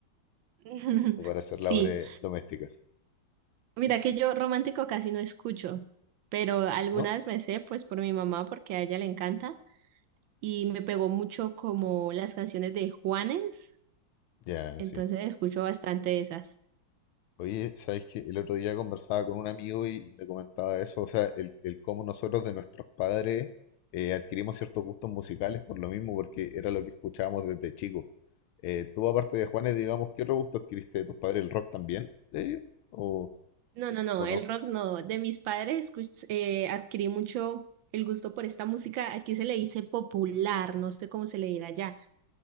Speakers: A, on the right; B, on the left.
A: <laughs>
B: o para hacer labores
A: Sí,
B: domésticas.
A: mira
B: Sí,
A: que yo romántico casi no escucho, pero algunas
B: ¿no?
A: me sé pues por mi mamá porque a ella le encanta. y me pegó mucho como las canciones de Juanes,
B: Ya,
A: entonces
B: sí.
A: escucho bastante de esas.
B: Oye, ¿sabes qué? El otro día conversaba con un amigo y, y me comentaba eso, o sea, el, el cómo nosotros de nuestros padres eh, adquirimos ciertos gustos musicales por lo mismo, porque era lo que escuchábamos desde chico. Eh, tú, aparte de Juanes, digamos, ¿qué otro gusto adquiriste de tus padres? ¿El rock también de ellos? ¿O...?
A: No, no, no,
B: ¿O no?
A: el rock no. De mis padres escuch- eh, adquirí mucho el gusto por esta música. Aquí se le dice popular, no sé cómo se le dirá allá.